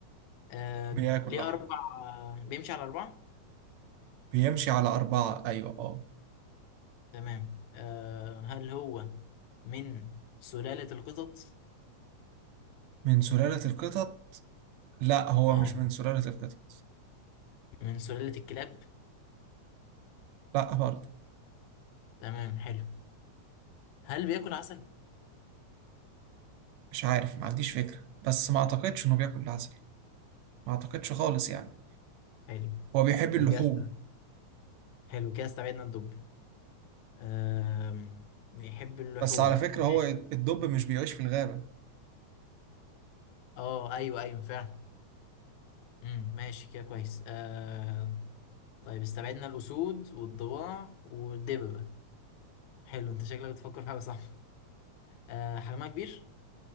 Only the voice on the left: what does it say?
آه
ليه
أربع آه، بيمشي على أربعة؟
تمام آه هل هو من سلالة القطط؟
أه
من سلالة الكلاب؟
تمام حلو هل بياكل عسل؟
حلو
يبقى
كده است- حلو كده استبعدنا الدب آم... بيحب اللحوم
ماشي
اه ايوه ايوه فعلا امم ماشي كده كويس آه... طيب استبعدنا الاسود والضباع والدببة حلو انت شكلك بتفكر في حاجه صح آه... حجمها كبير